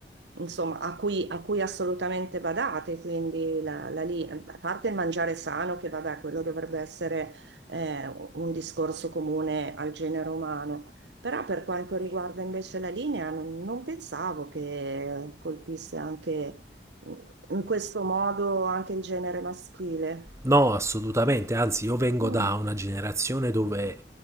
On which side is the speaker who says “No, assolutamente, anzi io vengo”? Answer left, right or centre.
Right